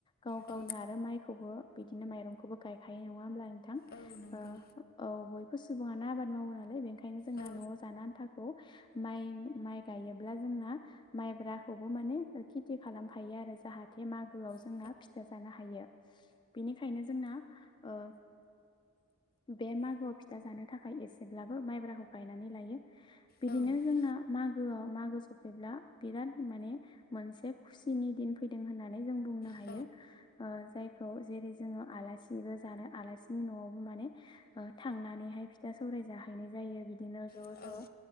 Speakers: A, on the left; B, on the left.
A: गाव गावनो
B: औ
A: आरो माइखौबो बिदिनो माइरंखौबो गायखायो नङा होमब्ला नोंथां
B: औ नंगौ
A: ओ औ बय बो सुबुङा आबाद मावो नालाय बेनिखायनो जोंना
B: औ
A: न'आव जानो आन्थाखौ माइ माइ गायोब्ला जोंना माइब्राखौबो माने खेथि खालामफायो आरो जाहाथे मा गोआव जोंना
B: औ
A: फिथा जानो हायो बेनिखायनो जोंना ओ बे मागोआव फिथा जानो थाखाय एसेब्लाबो माइब्राखौ गायनानै लायो
B: औ
A: बिदिनो जोंना मागोआव मागो सफैब्ला बिराद माने मोनसे खुसिनि दिन फैदों होननानै जों बुंनो हायो
B: औ
A: ओ जायखौ जेरै जोङो आलासिबो जा नो आलासिनि न'आवबो माने ओ थांनानैहाय फिथा सौराय जाहैनाय जायो बिदिनो ज'
B: औ नंगौ
A: ज'